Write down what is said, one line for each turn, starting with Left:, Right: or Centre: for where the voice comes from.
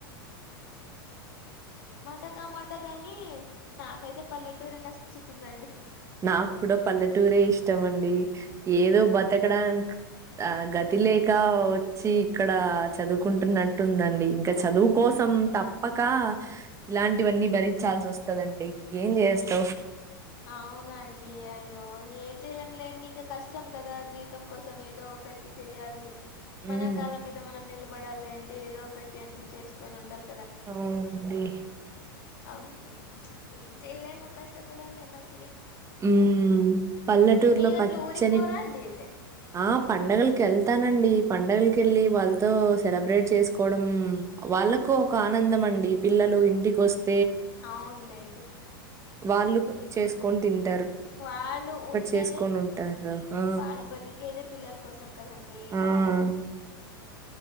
Right: <inaudible>
Left: ఏ మాట కామాట గాని నాకైతే పల్లెటూరే నచ్చుతుందండి
Right: నాకు కూడా పల్లెటూరే ఇష్టం అండి ఏదో బతకడానిక్ ఆ గతి లేక అ వచ్చి ఇక్కడ అ చదువుకుంటున్నట్టుందండి ఇంక చదువుకోసం మ్ తప్పక ఇలాంటివన్నీ భరించాల్సి వస్తదండి ఏం చేస్తావు
Left: అవునండి అయ్యో ఏం చెయలేం లేండి ఇంక కష్టం కదా జీవితం కోసం ఏదో ఒకటి చేయాలి మన
Right: ఉమ్
Left: కాల్ల మీద మనం నిలబడాలి అంటే ఏదో ఒకటి ఎట్ల చేసుకొని ఉండాలి
Right: మ్ అవున్ డి
Left: అవ్ ప్చ్ ఏం చేయలేము కష్టపడాలన్నప్
Right: మ్మ్ హ్హ్ పల్లెటూరులో
Left: మీరు
Right: పచ్చని
Left: అట్లా ఊరికి పోరా అండి అయితే
Right: ఆ పండగలకి ఏళ్తానండి పంండగకి ఎళ్ళి వాళ్తో సెలబ్రేట్ చేసుకోవడం మ్మ్ వాళ్ళకు ఒక ఆనందం అండి పిల్లల ఇంటికి వస్త్
Left: అవునులేండి
Right: వాళ్ళు ప్ చేసుకొని తింట్
Left: వాళ్ళు ఉండేదే
Right: చేసుకొనుంటారు. ఆ!
Left: వాళ్ళు బతికేదే పిల్లల కోసం కదండి
Right: ఆ!
Left: ఇంకా
Right: <inaudible>